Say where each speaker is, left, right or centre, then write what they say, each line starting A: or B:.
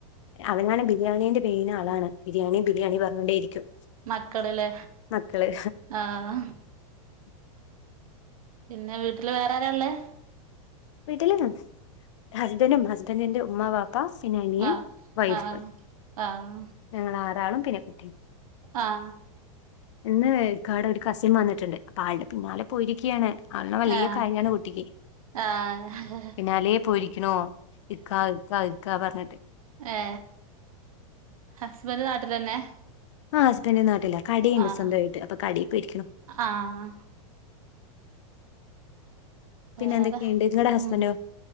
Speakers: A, on the left (about 55°); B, on the right (about 85°).
A: അവൻ വ ബിരിയാണീന്റെ പെയിന ആളാണ് ബിരിയാണിയ ബിരിയാണിയ പറഞ്ഞോണ്ടേയിരിക്കും
B: മക്കളിലെ
A: മക്കള്
B: ആഹ
A: <inaudible>
B: പിന്നെ വീട്ടില് വേറെ ആരാള്ളേ
A: വീട്ടില ഹസ്ബൻഡും ഹസ്ബൻറിിന്റെ ഉമമാ വപ്പ ഫിനാലിയൻ
B: ആഹ്
A: വൈഫർ
B: ആഹ് ആഹ്
A: ഞങ്ങൾ ആാരളും പിന്നെ കുട്ടി
B: ആഹ്
A: എന്നന്ന് കാാട ഒരു കസം വന്നിട്ടുണ്ട് അപ്പൊ ആളുടെ പിന്നാലെ പോയിരിക്കുകയാണ് ആളുടെ വലിയ
B: ആഹ്
A: കാര്യമാണ് കുട്ടിക്ക്
B: ആഹ്
A: പിന്നെ അലേ പോയിരിക്കണോ ഇക്കാ ഇക്കാ ഇക്കാ പറഞ്ഞിട്ട്
B: ഏ ഹസ്ബൻഡ് നാട്ടിലന്നെ
A: ആ്സ്ബഡന്റെ നാട്ടില്ല കടിയുണ്ട്
B: ആഹ്
A: വന്തമായിട്ട് അപ്പൊ കടയിൽ പോയിരിക്കണ
B: ആഹ്
A: പിന്നെ
B: വേറെ
A: എന്തൊക്കെയുണ്ട് നിങ്ങളടെ ഹസ്ബൻറോ
B: ഉം